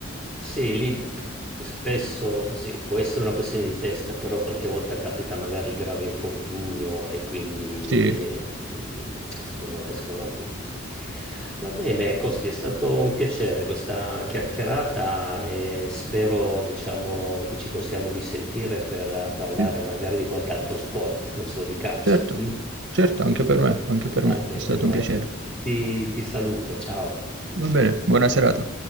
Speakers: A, in the centre; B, on the right.
A: Sì, lì spesso sì, può essere una questione di testa, però qualche volta capita magari il grave infortunio e quindi
B: Sì,
A: eh, escono, escono anche così. Va bene, Costi, è stato un piacere questa chiacchierata e spero, diciamo, che ci possiamo risentire per eh, parlare
B: sì,
A: magari di qualche altro sport, non solo di calcio.
B: certo,
A: mm?
B: certo, anche per me, anche per
A: Va
B: me,
A: bene,
B: è stato
A: allora
B: un piacere.
A: ti ti- ti saluto, ciao.
B: Va bene, buona serata.